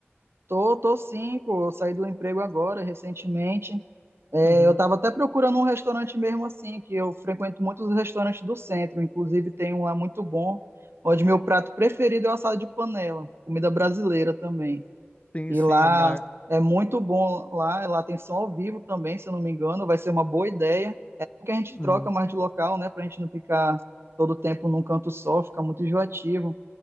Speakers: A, on the right; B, on the left.
A: Tô, tô sim, pô. Eu saí do emprego agora, recentemente. É,
B: Uhum.
A: eu estava até procurando um restaurante mesmo assim, que eu frequento muitos restaurantes do centro, inclusive tem um lá muito bom, onde meu prato preferido é o assado de panela, comida brasileira também.
B: Sim,
A: E
B: sim,
A: lá
B: é mais...
A: é muito bom, lá, lá tem som ao vivo também, se eu não me engano, vai ser uma boa ideia. É bom que a gente
B: Uhum.
A: troca mais de local, né, pra gente não ficar todo tempo num canto só, fica muito enjoativo.